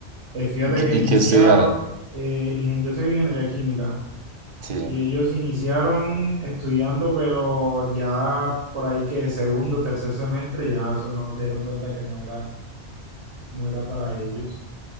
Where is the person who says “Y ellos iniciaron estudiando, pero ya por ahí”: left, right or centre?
Right